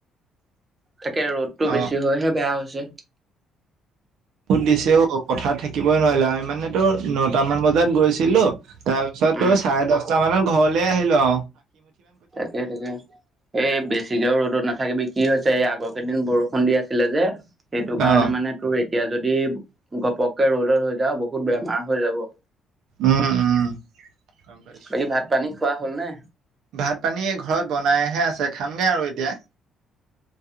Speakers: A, on the right (about 20°); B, on the right (about 75°).
A: তাকে ৰ'দতটো
B: অ
A: বেছি হয়হে বেয়া হৈছে
B: সুত দিছে অ কথা থাকিবই নোৱাৰিলো আমি মানে তো নটামান বজাত গৈছিলো তাৰপিছত তাৰছত
A: উম
B: তো চাৰে দহটা মানত ঘৰলে আহিলো অ
A: তাকে তাকে এই বেছিিকেও ৰ'দো নাথ তথাকিবি কি হৈছে এই আগৰ কেইদিন বৰষুণ দি আছিলে যে সেইটো
B: অ',
A: কাৰণে মানে তোৰ এতিয়া যদি ঘপককে ৰ'দত হৈ যাওঁ বহুত বেমাৰ হৈ যাব
B: উম উমাইছো
A: বাকী ভাত পানী খোৱা হ'লনে
B: ভাত পানী ঘৰত বনাইহে আছে খামগে আৰু এতিয়া